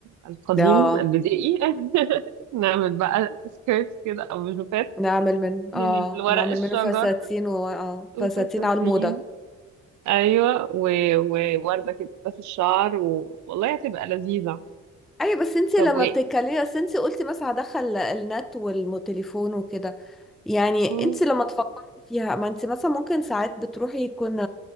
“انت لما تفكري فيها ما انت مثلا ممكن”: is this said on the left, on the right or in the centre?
Centre